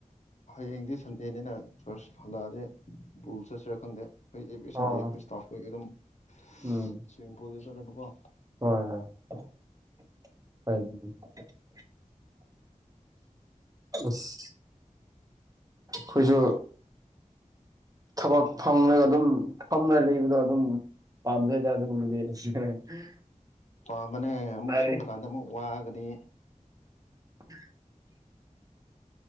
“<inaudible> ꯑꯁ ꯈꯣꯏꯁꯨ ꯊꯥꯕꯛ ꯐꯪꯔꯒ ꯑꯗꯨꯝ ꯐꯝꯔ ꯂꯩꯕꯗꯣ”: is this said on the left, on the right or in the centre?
Right